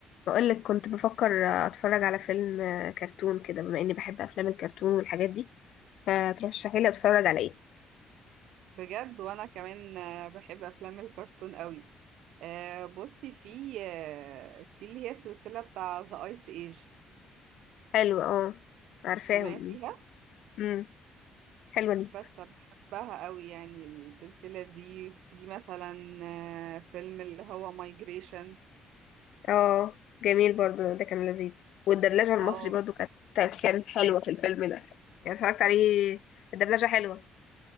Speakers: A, on the left; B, on the right.
A: بقولك كنت بفكر اتفرج على فيلم كرتون كده بما اني بحب افلام الكرتون والحاجات دي فترشحي لي اتفرج على ايه
B: بجد وانا كمان آه، بحب افلام الكرتون قوي آه، بصي في آه، في اللي هي السلسله بتاع ذا ايس ايج
A: حلو اه عارفاهم
B: سمعتيها
A: امم حلوه دي
B: بس بحبها قوي يعني السلسله دي في مثلا آه، فيلم اللي هو مايجريشن
A: اه جميل برضو ده كان لذيذ والدبلجه المصري
B: اه
A: برضو كانت كانت حلوه في الفيلم ده يعني اتفرجت عليه الدبلجه حلوه